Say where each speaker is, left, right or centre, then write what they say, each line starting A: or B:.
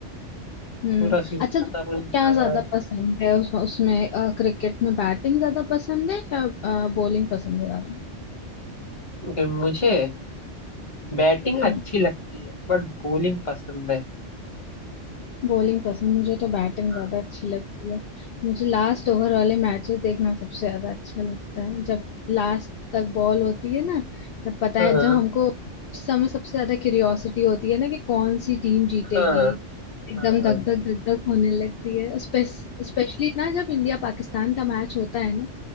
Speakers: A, on the left; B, on the left.
A: हम्म
B: पूरा सीजन
A: अच्छा तो
B: खत्म हो नहीं
A: क्या
B: पाया
A: ज्यादा
B: है
A: पसंद है उस, उसमें क्रिकेट में बैटिंग ज्यादा पसंद है या बॉलिंग पसंद है ज्यादा
B: ओके मुझे बैटिंग
A: हम्म।
B: अच्छी लगती है बट बॉलिंग पसंद है
A: बॉलिंग पसंद मुझे तो बैटिंग
B: हाँ
A: ज्यादा अच्छी लगती है मुझे लास्ट ओवर वाले मैचेस देखना सबसे ज्यादा अच्छा लगता है जब लास्ट तक बॉल होती है ना जब पता
B: हाँ
A: है जब हमको उस समय सबसे ज्यादा क्यूरियोसिटी होती है ना कि कौन सी टीम जीतेगी
B: हाँ
A: एकदम
B: हाँ
A: धक धक धक धक होने लगती है स्पेशली ना जब इंडिया पाकिस्तान का मैच होता है ना